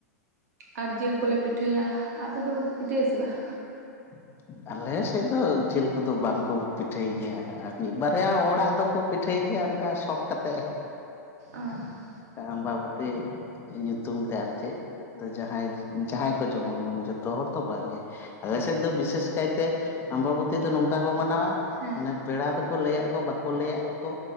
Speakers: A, on the right; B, on the left.
A: ᱟᱨ ᱡᱤᱞ ᱠᱚᱞᱮ ᱯᱤᱴᱷᱟᱹᱭᱟ, ᱟᱯᱮ ᱫᱚᱯᱮ ᱯᱤᱴᱷᱟᱹᱭᱟᱥᱮ ᱵᱟᱝ?
B: <inaudible> ᱟᱞᱮ ᱥᱮᱫ ᱫᱚ ᱡᱤᱞ ᱠᱚᱫᱚ ᱵᱟᱝᱠᱚ ᱯᱤᱴᱷᱟᱹᱭ ᱜᱮᱭᱟ ᱟᱨ ᱢᱤᱫ ᱵᱟᱨᱭᱟ ᱚᱲᱟᱜ ᱫᱚᱠᱚ ᱯᱤᱴᱷᱟᱹᱭ ᱜᱮᱭᱟ, ᱚᱱ ᱠᱟ ᱥᱚᱠ ᱠᱟᱛᱮ
A: ᱚ
B: ᱟᱢᱵᱟ-ᱵᱚᱛᱤ ᱧᱩᱛᱩᱢ ᱛᱮ ᱟᱨ ᱪᱮᱫ, ᱡᱟᱦᱟᱸᱭ ᱡᱟᱦᱟᱸᱭ ᱠᱚ ᱡᱮᱢᱚᱱ ᱢᱟᱱᱮ ᱡᱚᱛᱚ ᱦᱚᱲ ᱫᱚ ᱵᱟᱝᱜᱮ ᱾ ᱟᱞᱮᱥᱮᱫ ᱫᱚ ᱵᱤᱥᱮᱥ ᱠᱟᱭᱛᱮ ᱟᱢᱵᱟᱚᱵᱚᱛᱤ ᱫᱚ ᱱᱚᱝᱠᱟ ᱠᱚ ᱢᱟᱱᱟᱣᱟ
A: ᱦᱮᱸ
B: ᱢᱟᱱᱮ ᱯᱮᱲᱟ ᱫᱚᱠᱚ ᱞᱟᱹᱭᱟᱫ ᱠᱚ ᱵᱟᱠᱚ ᱞᱟᱹᱭᱟᱜ ᱠᱚ,